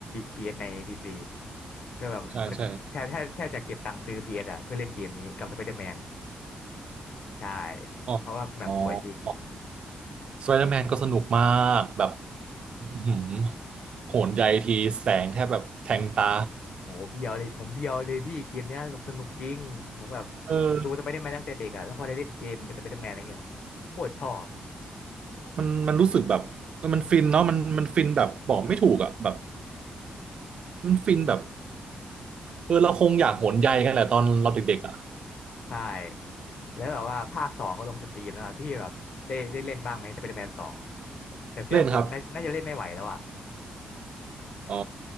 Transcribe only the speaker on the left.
พีเอสในพีซีก็แบบว่าแทบแทบแทบจะเก็บตังค์ซื้อพีเอสอ่ะเพื่อเล่นเกมนี้กับสไปเดอร์แมน
ใช่
เพราะว่าแบบสวยจริง
โหเบียวเลยผมเบียวเลยพี่เกมเนี้ยแบบสนุกจริงผมแบบ
ดูสไปเดอร์แมนตั้งแต่เด็กอะแล้วพอได้เล่นเกมเป็นสไปเดอร์แมนอะไรเงี้ยโคตรชอบ
ใช่แล้วแบบว่าภาคสองก็ลงสตรีมแล้วอะพี่แบบได้ได้เล่นบ้างไหมสไปเดอร์แมนสองแต่เครื่องผมน่าน่าจะเล่นไม่ไหวแล้วอะ